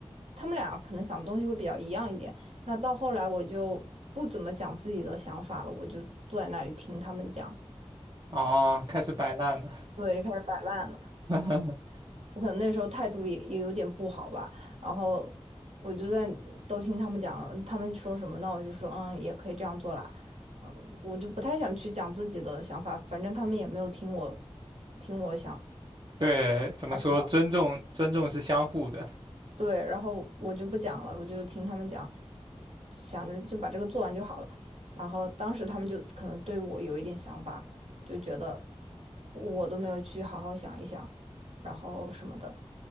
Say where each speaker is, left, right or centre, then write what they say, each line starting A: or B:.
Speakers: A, on the right; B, on the right.
A: 他们俩可能想的东西会比较一样一点。那到后来我就不怎么讲自己的想法了，我就坐在那里听他们讲，
B: 哦，开始摆烂了。
A: 对，开始摆烂了。
B: <laughs>
A: 我可能那时候态度也也有点不好吧，然后我就在都听他们讲，他们说什么，那我就说嗯，也可以这样做啦，嗯，我就不太想去讲自己的想法，反正他们也没有听我听我想
B: 对，怎么说？
A: 啊什么，
B: 尊重，尊重是相互的
A: 对，然后我就不讲了，我就听他们讲，想着就把这个做完就好了，然后当时他们就可能对我有一点想法，就觉得我都没有去好好想一想，然后什么的。